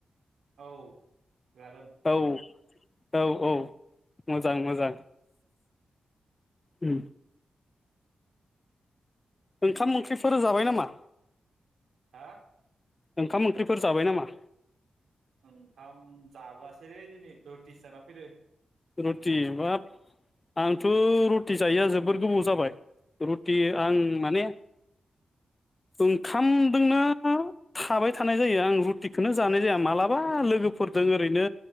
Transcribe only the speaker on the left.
औ औ औ मोजां मोजां उम ओंखाम ओंख्रिफोर जाबाय नामा?
ओंखाम ओंख्रिफोर जाबाय नामा?
रुथि बाब आंथ रुथि जायोया जोबोर गोबाव जाबाय रुटि
आं माने ओंखामजोंनो थाबाय थानाय जायो आं रुटिखौनो जानाय जाया मालाबा लोगोफोरजों ओरैनो